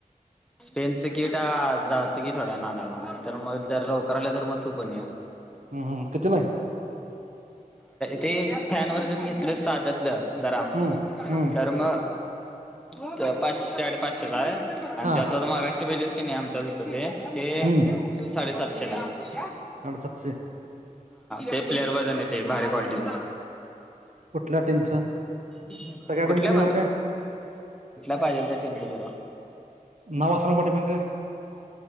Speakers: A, in the centre; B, on the right.
A: स्पेनच किटा जात की थोड्या वेड्यान आणायला तर मग जर लवकर आल्या तर मग तू पण या
B: हम्म हम्म कितीला आहे
A: ते फॅन वर्जेन- साधतलं जरा
B: हम्म हम्म
A: तर मग पाचशे, साडे पाचशेला आहे
B: हा
A: पागाशे पहिले आमच्यात जवळ होत ते,
B: हम्म
A: ते साडेसातशे ला हा,
B: साडेसातशे
A: ते प्लेअर वजन येते भारी क्वालिटीच
B: कुठल्या टीमचं
A: <unintelligible>
B: सगळ्या टीमचं
A: कुठल्या
B: मिळणार काय
A: पाहिजे त्या टीमच तुला?
B: नाव असणार पाठीमागं काय